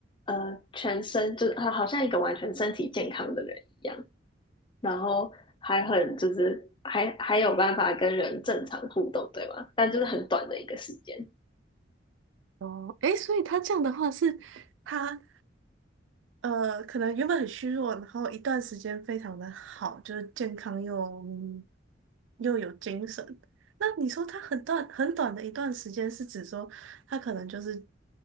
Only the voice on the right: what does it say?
哦，诶，所以他这样的话是他呃，可能原本很虚弱，然后一段时间非常的好，就是健康又嗯又有精神。那你说他很短很短的一段时间，是指说他可能就是